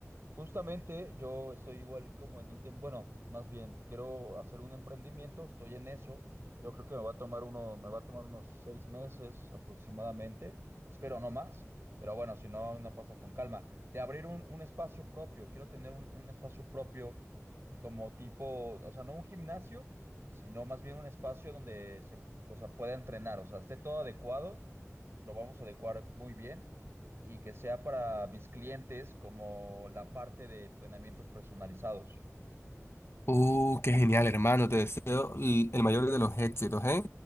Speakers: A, on the right (about 50°); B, on the left (about 50°).
A: Justamente yo estoy igual como en un tema, bueno, más bien, quiero hacer un emprendimiento, estoy en eso. Yo creo que me va a tomar uno, me va a tomar unos seis meses aproximadamente, espero no más, pero bueno, si no, no pasa con calma. De abrir un, un espacio propio, quiero tener un, un espacio propio como tipo, o sea, no un gimnasio, sino más bien un espacio donde se, o sea, pueda entrenar, o sea, esté todo adecuado, lo vamos a adecuar muy bien y que sea para mis clientes como la parte de entrenamientos personalizados.
B: uh, qué genial, hermano, te deseo l- el mayor de los éxitos, ¿eh?